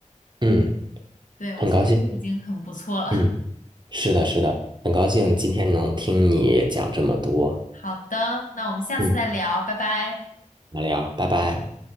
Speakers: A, on the right; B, on the left.
A: 嗯，
B: 对，我觉得这就已经很不错了。
A: 很高兴，嗯，是的，是的，很高兴今天能听你讲这么多，
B: 嗯，好的，那我们下次再聊，
A: 嗯，
B: 拜拜。
A: 聊聊，拜拜。